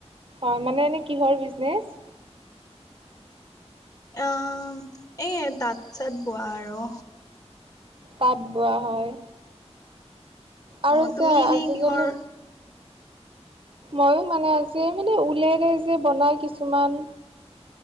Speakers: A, on the right (about 50°); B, on the left (about 30°).
A: হয় মানে এনে কিহৰ বিজনেচ?
B: আহ এ তাত চাত বোৱা আৰু
A: পাত বোৱা হয়। আৰু
B: অ
A: যে
B: তুমি এনেই
A: আজিকালি
B: কিহৰ
A: মইো মানে আজি মানে ওলেৰে যে বনাই কিছুমান